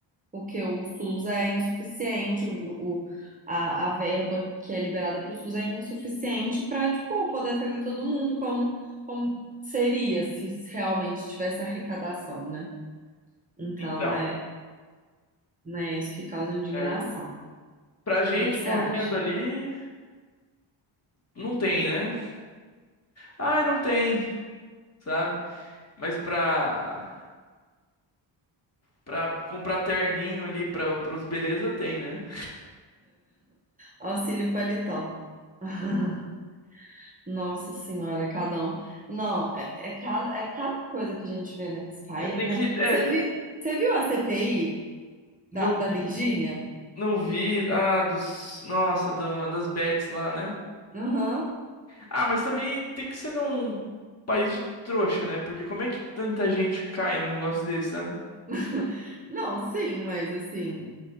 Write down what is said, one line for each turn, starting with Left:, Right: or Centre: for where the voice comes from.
Right: porque o SUS é insuficiente, o, o- a, a verba que é liberada para o SUS é insuficiente para, tipo, poder atender todo mundo como, como seria se realmente tivesse arrecadação, né? Então,
Left: Então,
Right: é, né, isso que causa indignação.
Left: é.
Right: O
Left: Pra gente
Right: que que você
Left: morrendo
Right: acha?
Left: ali,
Right: <laughs>
Left: não tem, né? Ai, não tem, sabe? Mas pra, pra comprar terninho ali pra, pros beleza, tem, né?
Right: auxílio paletó. <laughs> Nossa senhora, cada um. Não, é, é, cada, é cada coisa que a gente vê nesse país,
Left: É, tem
Right: né?
Left: que. É,
Right: Você vi, você viu a CPI da,
Left: não.
Right: da Virgínia?
Left: Não vi. Ah, dos. Nossa, da- das bets lá, né?
Right: Aham.
Left: Ah, mas também tem que ser num país de trouxa, né? Porque como é que tanta gente cai num negócio desse, sabe?
Right: <laughs> Não, sim, mas assim,